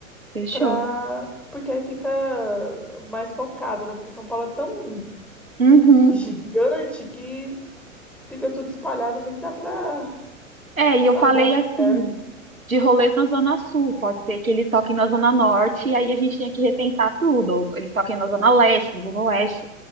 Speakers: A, on the right; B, in the centre.
A: fechou.
B: Pra... Porque aí fica mais focado, né? Porque São Paulo é tão
A: uhum.
B: gigante que fica tudo espalhado, nem dá para
A: É,
B: saber
A: e eu falei
B: ao certo.
A: assim, de rolês na Zona Sul, pode ser que eles toquem na Zona Norte, e aí a gente tem que repensar tudo, ou eles toquem na Zona Leste, na Zona Oeste.